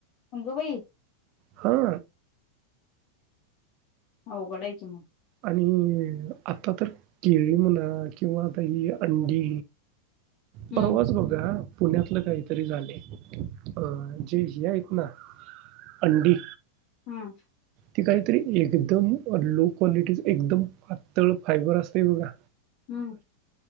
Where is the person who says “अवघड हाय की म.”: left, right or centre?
Left